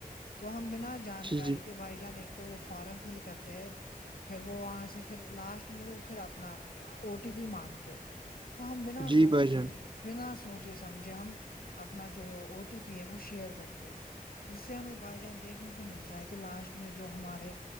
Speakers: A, on the left; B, on the right.
A: تو ہم بنا جانکاری
B: جی جی
A: کے بھائی جان ایک تو وہ فارم فل کرتے ہیں پھر وہ وہاں سے پھر لاسٹ میں وہ پھر اپنا او ٹی پی مانگتے تو ہم بنا
B: جی
A: سوچے
B: بھائی جان
A: سمجھ بنا سوچے سمجھے ہم اپنا جو او ٹی پی ہے وہ شیئر کرتے ہیں جس سے ہمیں بھائی جان دیکھنے کو ملتا ہے کہ لاسٹ میں جو ہمارے